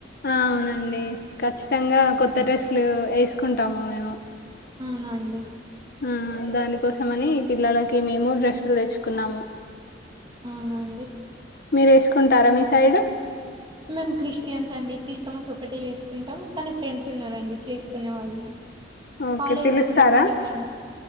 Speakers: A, on the left; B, on the right.
A: ఆ అవునండి ఖచ్చితంగా కొత్త డ్రెస్సులు వేసుకుంటాము మేము
B: అవున అండి
A: ఆ దాని కోసం అని పిల్లలకి మేము డ్రెస్సులు తెచ్చుకున్నాము
B: అవునా అండి
A: మీరు వేసుకుంటారా మీ సైడ్
B: మేమ్ క్రిస్టియన్స్ అండి క్రిస్టమస్ ఒకటే చేసుకుంటాం కానీ ఫ్రెండ్స్ ఉన్నారండి చేసుకునే వాళ్ళు
A: ఓకే
B: కాలేజ్లో
A: పిలుస్తారా
B: కూడా కొన్ని కొన్ని